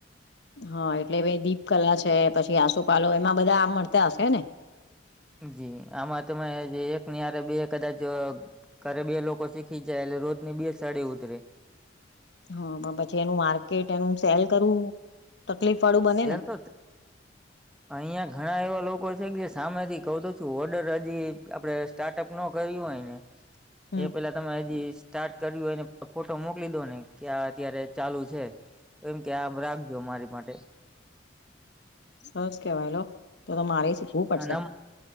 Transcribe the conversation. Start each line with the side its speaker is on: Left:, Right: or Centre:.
Left: હા એટલે પે દીપકલા છે પછી આસોપાલો એમાં બધા આમ મળતા હશે ને?
Centre: જી આમાં તમે એક ની હારે બે કદાચ ઘરે બી એ લોકો શીખી જાય એટલે રોજની બે સાડી ઉતરે.
Left: હા પણ પછી એનું માર્કેટ એનું સેલ કરવું તકલીફ વાળું
Centre: સેલ
Left: બને ને
Centre: તો અહિયાં ઘણા એવા લોકો છે કે સામેથી કહું તો છું ઓર્ડર હજી આપડે સ્ટાર્ટઅપ નો કર્યું હોય ને
Left: હમ
Centre: એ પેલા તમે હજી સ્ટાર્ટ કર્યું ને ફોટો મોકલી દો ને કે આ અત્યારે ચાલુ છે. એમ કે આ રાખજો મારી માટે
Left: સરસ કેવાય લો તો તો મારે શીખવું પડશે.
Centre: અને અમ